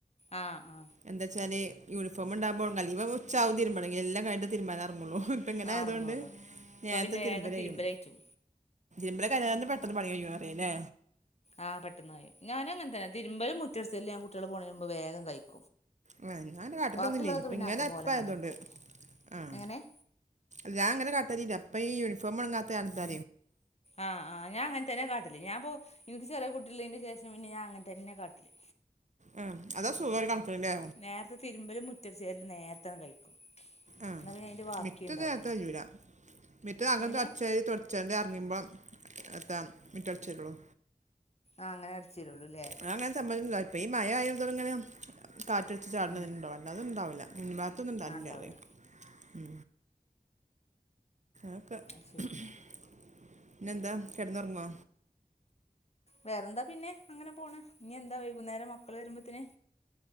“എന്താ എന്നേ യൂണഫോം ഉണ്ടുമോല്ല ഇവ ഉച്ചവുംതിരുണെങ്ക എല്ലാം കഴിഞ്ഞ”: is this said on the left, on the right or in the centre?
Right